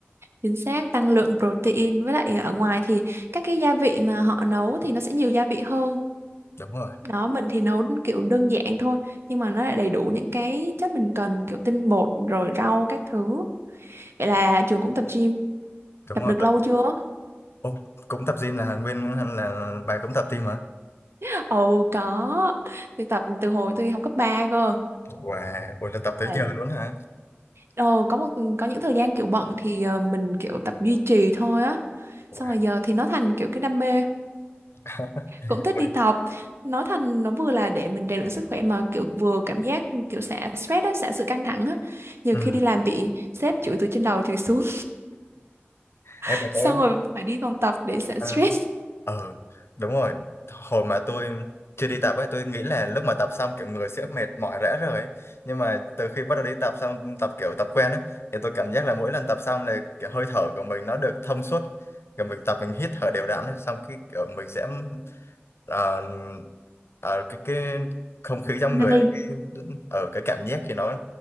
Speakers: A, on the right; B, on the left.
A: chính xác tăng lượng protein với lại ở ngoài thì các cái gia vị mà họ nấu thì nó sẽ nhiều gia vị hơn
B: đúng rồi
A: đó mình thì nấu kiểu đơn giản thôi nhưng mà nó lại đầy đủ những cái chất mình cần kiểu tinh bột rồi rau các thứ vậy là trường cũng tập gym
B: đúng
A: tập
B: rồi
A: được lâu chưa
B: Ô, cũng tập gym là nguyên là bà cũng tập gym hả
A: <laughs> ồ có tôi tập từ hồi tôi học cấp 3 cơ
B: wow ôi là tập tới
A: là
B: giờ luôn hả
A: ồ có một có những thời gian kiểu bận thì ờ, mình kiểu tập duy trì thôi á
B: wow
A: xong rồi giờ thì nó thành kiểu cái đam mê
B: <laughs>
A: cũng thích
B: Ôi,
A: đi tập nói thành nó vừa là để mình rèn luyện sức khỏe mà kiểu vừa cảm giác kiểu xả stress á xả sự căng thẳng á nhiều
B: ừ.
A: khi đi làm bị sếp chửi từ trên đầu chửi xuống <laughs>
B: em bà
A: xong
B: có
A: rồi phải đi phòng tập để xả
B: à,
A: stress
B: Ờ, đúng rồi. Hồi mà tôi chưa đi tập ấy, tôi nghĩ là lúc mà tập xong kiểu người sẽ mệt mỏi rã rời ấy. Nhưng mà từ khi bắt đầu đi tập xong, tập kiểu tập quen ấy, thì tôi cảm giác là mỗi lần tập xong là kiểu hơi thở của mình nó được thông suốt. Kiểu mình tập mình hít thở đều đặn ấy, xong cái kiểu mình sẽ ờ, ờ, cái cái không khí trong
A: năng
B: người
A: lượng
B: này cái, ở cái cảm giác thì nó